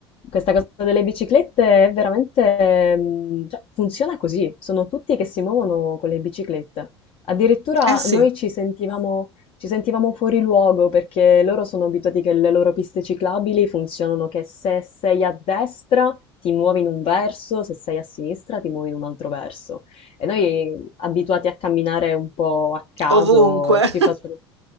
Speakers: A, on the left; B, on the right.
A: Questa cosa delle biciclette è veramente, mm, cioè, funziona così. Sono tutti che si muovono con le biciclette. Addirittura
B: Eh sì,
A: noi ci sentivamo, ci sentivamo fuori luogo perché loro sono abituati che le loro piste ciclabili funzionano che se sei a destra ti muovi in un verso, se sei a sinistra ti muovi in un altro verso. E noi abituati a camminare un po' a caso,
B: ovunque.
A: ci
B: <laughs>
A: facevano...